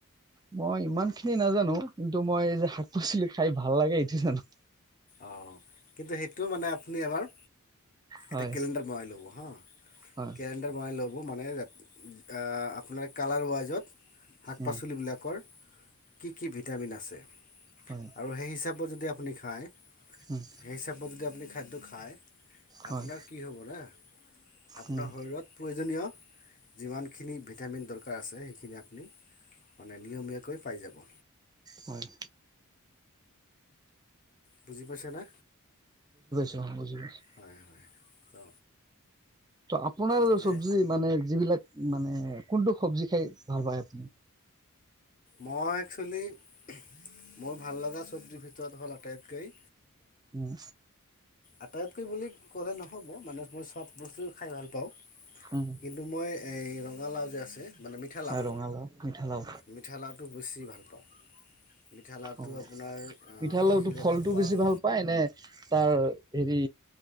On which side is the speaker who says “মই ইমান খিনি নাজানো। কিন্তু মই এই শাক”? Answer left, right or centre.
Right